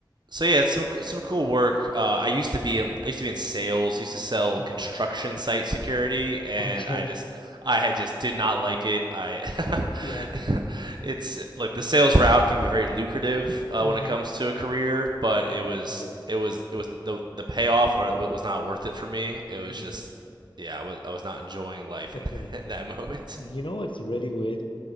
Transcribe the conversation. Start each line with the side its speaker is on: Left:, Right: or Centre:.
Right: So yeah, it's some some cool work. Uh, I
Left: Yeah.
Right: used to be in I used to be in sales. I used to sell
Left: hmm
Right: construction site security, and
Left: Okay.
Right: I just I had just did not like it. I
Left: <laughs> Yeah.
Right: <laughs> it's like the sales route can be very lucrative uh,
Left: hmm
Right: when it comes to a career, but it was
Left: Yeah.
Right: it was it was the the payoff or it was not worth it for me. It was
Left: Mm.
Right: just yeah, I was I was not enjoying life
Left: Okay.
Right: in <laughs> that, in that moment.
Left: You know what's really weird?